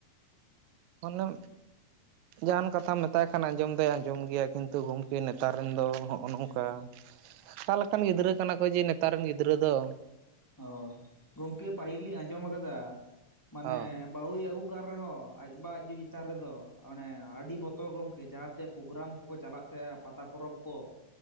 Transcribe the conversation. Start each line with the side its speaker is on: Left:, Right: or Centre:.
Right: ᱢᱟᱱᱮ
Left: ᱦ
Right: ᱡᱟᱦᱟᱱ ᱠᱟᱛᱷᱟᱢ ᱢᱮᱛᱟᱭ ᱠᱷᱟᱱ ᱟᱸᱡᱚᱢ ᱫᱚᱭ ᱟᱸᱡᱚᱢ ᱜᱮᱭᱟ ᱠᱤᱱᱛᱩ ᱜᱚᱝᱠᱮ ᱱᱮᱛᱟᱨ ᱨᱮᱱ ᱫᱚ ᱦᱚ ᱚᱸᱱᱚᱜ-ᱚ ᱱᱚᱝᱠᱟ ᱚᱠᱟ ᱞᱮᱠᱟᱱ ᱜᱤᱫᱽᱨᱟᱹ ᱠᱟᱱᱟ ᱠᱚ ᱡᱮ ᱱᱮᱛᱟᱨ ᱨᱮᱱ ᱜᱤᱫᱽᱨᱟᱹ ᱫᱚ
Left: ᱳ ᱜᱚᱝᱠᱮ ᱯᱟᱹᱦᱤᱞ ᱞᱤᱧ ᱟᱸᱡᱚᱢ ᱟᱠᱟᱫᱟ ᱢᱟᱱᱮ
Right: ᱦᱚᱸ
Left: ᱵᱟᱹᱦᱩᱭ ᱟᱹᱜᱩᱣᱟᱠᱟᱱ ᱨᱮᱦᱚᱸ ᱟᱡ ᱵᱟ ᱦᱟᱜ ᱡᱤᱣᱤ ᱪᱮᱛᱟᱱ ᱨᱮᱫᱚ ᱚᱱᱮ ᱟᱹᱰᱤ ᱵᱚᱛᱚᱨ ᱜᱚᱝᱠᱮ ᱡᱟᱦᱟᱸ ᱛᱮ ᱯᱨᱚᱜᱨᱟᱢ ᱠᱚᱠᱚ ᱪᱟᱞᱟᱜ ᱛᱟᱦᱮᱸᱜᱼᱟ ᱯᱟᱛᱟ ᱯᱚᱨᱚᱵᱽ ᱠᱚ